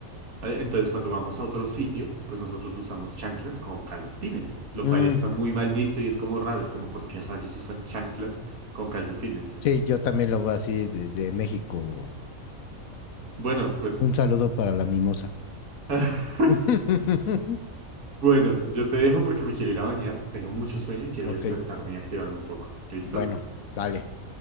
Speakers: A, on the right; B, on the left.
A: ¿vale? Entonces, cuando vamos a otro sitio, pues nosotros usamos chanclas con calcetines, lo
B: ujú,
A: cual
B: mm.
A: está muy mal visto y es como raro, es como, ¿por qué rayos usan chanclas con calcetines?
B: Sí, yo también lo veo así desde México.
A: Bueno, pues,
B: Un saludo para la mimosa.
A: <laughs>
B: <laughs>
A: bueno, yo te dejo porque me quiero ir a bañar, tengo mucho sueño y quiero
B: Ok,
A: despertarme y activarme un poco. ¿Listo?
B: bueno, vale,